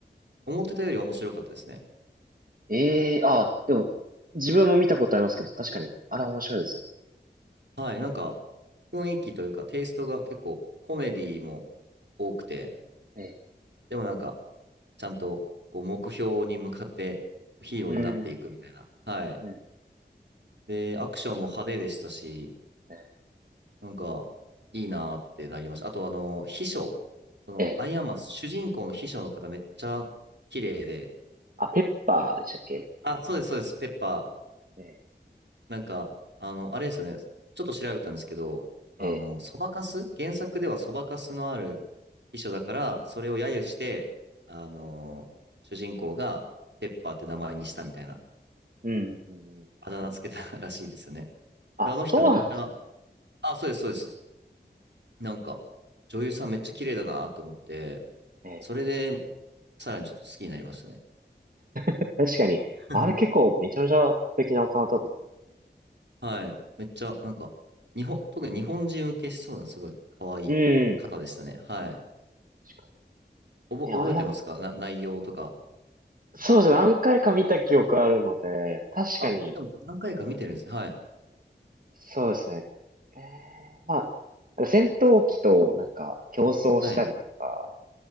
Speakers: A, on the right (about 75°); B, on the right (about 50°).
A: 思ってたより面白かったですね。
B: ー、えー、あ、でも、自分も見たことありますけど、確かに、あれ面白いですよ。
A: はい、なんか、雰囲気というか、テイストが結構、コメディも多くて、
B: え
A: でもなんか、ちゃんと、こう、目標に向かって、ヒーローになっていくみたいな。
B: ー、うん、
A: はい。
B: うん、
A: で、アクションも派手でしたし、
B: え
A: なんか、いいなーってなりました。あと、あの、秘書、その、
B: ー、えー
A: アイアンマン、主人公の秘書の方、めっちゃ、綺麗で、
B: あ、ペッパーでしたっけ
A: あ、そうです、そうです、ペッパー。
B: え
A: なんか、あの、あれですよね。ちょっと調べたんですけど、あの、
B: ー、え
A: そばかす原作ではそばかすのある秘書だから、それを揶揄して、あの、主人公がペッパーって名前にしたみたいな、
B: ー、うん、うんうん、
A: あだ名つけた <laughs> らしいですよね。
B: あ、
A: であの人めっちゃ、
B: そうなんですね。
A: あ、そうです、そうです。なんか、女優さんめっちゃ綺麗だなって思って、
B: え
A: それで、さらにちょっと好きになりましたね。
B: ー、確かに、
A: <laughs>
B: あれ結構めちゃめちゃ素敵なお方ですよ。
A: はい。めっちゃ、なんか、日本、特に日本人受けしそうな、すごい可愛い方でしたね。
B: うん。
A: はい。
B: 確か
A: おぼ、
B: にね、
A: 覚えてますかな、
B: あや
A: 内容とか。
B: そうですね。何回か見た記憶あるので、確かに、
A: あ、でも何回か見てるんですね。はい。
B: そうですね。えー、まあ、なんか戦闘機となんか競争したりとか、
A: はい。